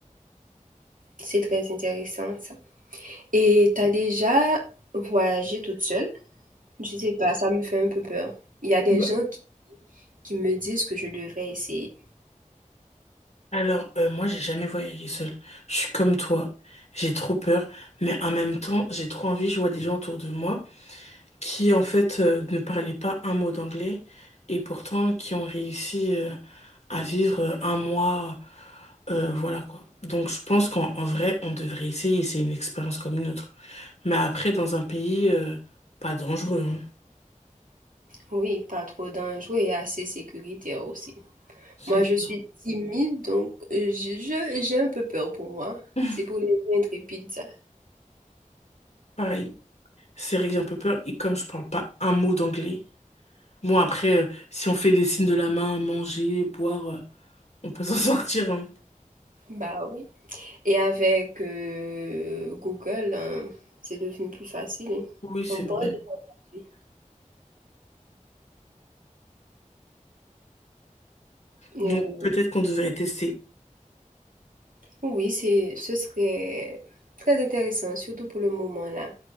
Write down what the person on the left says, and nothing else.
Bah,
alors, euh, moi, j'ai jamais voyagé seule. Je suis comme toi. J'ai trop peur, mais en même temps, j'ai trop envie. Je vois des gens autour de moi. qui en fait euh, ne parlaient pas un mot d'anglais et pourtant qui ont réussi euh, à vivre euh, un mois, euh, voilà quoi. Donc je pense qu'en en vrai, on devrait essayer, c'est une expérience comme une autre. Mais après, dans un pays euh, pas dangereux, hein.
C'est
ça.
<laughs>
Pareil, c'est vrai que j'ai un peu peur et comme je parle pas un mot d'anglais, bon après, euh, si on fait des signes de la main, manger, boire, euh, on peut s'en <laughs> sortir, hein.
Oui, c'est
vrai.
Donc peut-être qu'on devrait tester.